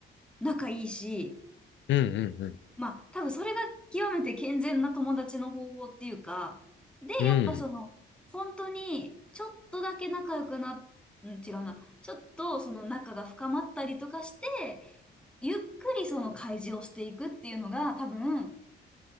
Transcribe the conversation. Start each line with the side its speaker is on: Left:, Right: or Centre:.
Centre: 仲いいし、
Left: うんうんうん。
Centre: まあ、多分それが極めて健全な友達の方法っていうか、で、
Left: うん。
Centre: やっぱその、本当に、ちょっとだけ仲良くな、うん、違うな、ちょっとその仲が深まったりとかして、ゆっくりその開示をしていくっていうのが、多分、